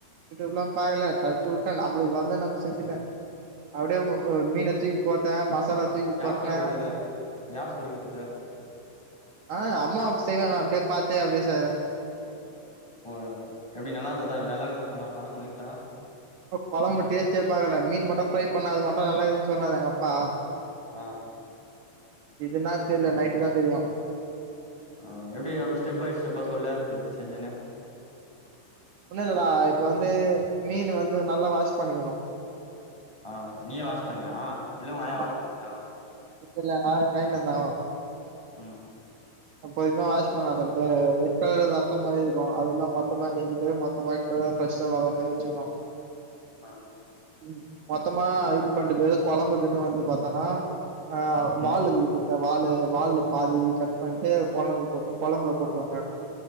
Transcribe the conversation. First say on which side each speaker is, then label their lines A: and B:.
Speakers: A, on the right; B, in the centre.
A: யூ யூப்லா பாக்கல தட்டிவுட்டா நம் வந்து நம்ப செஞ்சிட்டே அப்டியே மீன தூக்கி போட்ட மசாலா தூக் கோட்ன
B: யார் சொல்லி குடுத்தது யார் சொல்லி குடுத்தது
A: ஆ அம்மா செய்வாங்க அப்டியே பாத்தே அப்டியே செ
B: ஓ எப்டி நல்லா இருந்ததா அ நல்லா இருக்குதுனு சொன்னாங்களா உங்க வீட்ல
A: கொழம்பு டேஸ்ட்டே பாக்கல மீன் மட்டு ஃப்ரை பண்ண அது மட்டு நல்லாக்குதுன்னு சொன்னாரு எங்க அப்பா
B: ஆ
A: இதுன்னா தெர்ல நைட்டு தா தெரியு
B: ஆ எப்டி அப்டி ஸ்டெப் பை ஸ்டெப்பா சொல்லு எப்டி செஞ்சனு
A: ஒண்ணுலடா இப்ப வந்து மீன் வந்து நல்லா வாஷ் பண்ணிகணு
B: அ நீயே வாஷ் பண்ணியா இல்ல உங்க ஆயா
A: ஆமா
B: வாஷ் பண்ணி குடுத்தாங்களா
A: இல்ல இல்ல எங்க ஆயா <unintelligible> இருந்தாங்கோ
B: ம்
A: எப்பொதுமே வாஷ் பண்ணலா அந்த ரெட்கலர்ல ரத்தம் மாதிரி இருக்கு அதெல்லா மொத்தமா நீக்கிட்டு மொத்தமா ஒயிட் கலர்ல ஃப்ரெஸ்ஷா அந்த மாதிரி வச்சுக்கணு
B: அ
A: ம் மொத்தமா இது பண்டு பே கொழம்புக்குன்னு வந்து பாத்தேனா அ
B: ம்
A: வாலு <unintelligible> வாலு வால்ல பாதி கட் பன்ட்டு கொழம் போட்ரு கொழம்புல போட்ருவாங்க